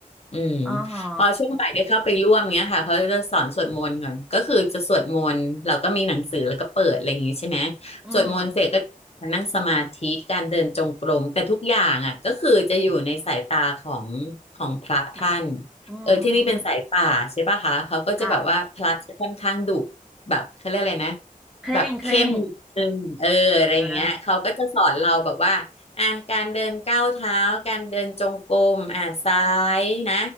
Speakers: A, on the left (about 45°); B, in the centre.
A: อืม
B: อ๋อฮะ
A: พอช่วงบ่ายได้เข้าไปร่วมเงี้ยค่ะเขาจะสอนสวดมนต์ก่อนก็คือจะสวดมนต์เราก็มีหนังสือแล้วก็เปิดอะไรอย่างงี้ใช่ไหม
B: อืม
A: สวดมนต์เสร็จก็มานั่งสมาธิการเดินจงกรมแต่ทุกอย่างอ่ะก็คือจะอยู่ในสายตาของของพระท่าน
B: ค่ะอืม
A: เออที่นี่เป็นสายป่าใช่ป่ะคะเขาก็จะแบบว่าพระจะค่อนข้างดุ
B: ค่ะ
A: แบบเขาเรียกอะไรนะ
B: เคร่งเคร่ง
A: แบบเข้มนิดนึงเอออะไรอย่างเงี้ยเขาก็จะสอนเราแบบว่าอ่ะการเดินก้าวเท้าการเดินจงกรมอ่ะซ้ายนะ
B: อ่า